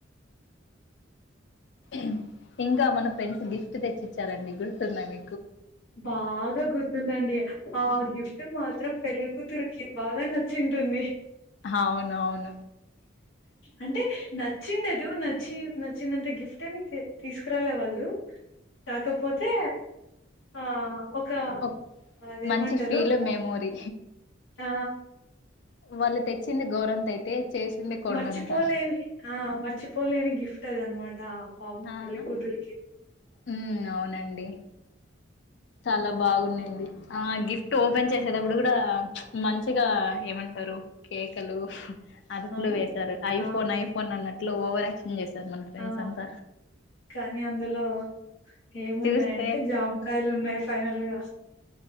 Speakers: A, on the left; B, on the left.
A: ఇం ంక మన ఫ్రెండ్స్ గిఫ్ట్ తెచ్చిచ్చారండి గుర్తుందా మీ
B: బాగా గుర్తుందండి ఆ గిఫ్ట్ మాత్రం పెళ్ళి కూతురుకి బాగా నచ్ చ్చింటుంది.
A: అవునవును
B: అంటే నచ్చిండదు నచ్ నచ్చి నచ్చినంత గిఫ్ట్ ఏవి తీ తీసుకురాల వాళ్ళు కాకపోతే ఆ ఒక
A: ఓహ్
B: అదేమంటారు
A: మంచి ఫీల్ మెమోరీ
B: ఆ
A: వాళ్ళు తెచ్చింది గోరంత అయితే చేసింది కొండంత
B: మర్చిపోలేని ఆ మర్చిపోలేని గిఫ్ట్ తదనుమా తా పాపం
A: అవునా
B: వెళ్ళి కూతురుకి
A: ఉమ్ అవునండి చాలా బాగున్నింది ఆ గిఫ్ట్ ఓపెన్ చేసేటప్పుడు కూడా మంచిగా ఏమంటారు కేకలు అదుపులో
B: ఆ
A: వేసారు ఐఫోన్
B: ఆ
A: ఐఫోన్ అన్నట్ ఇంట్లో ఓవర్యాక్షన్ చేస్త సార్ మన ఫ్రెండ్స్
B: ఆ
A: అంత
B: కానీ అందులో ఏమున్నాయంటే
A: చూస్తే
B: జామకాయలు ఉన్నాయి ఫైనల్గా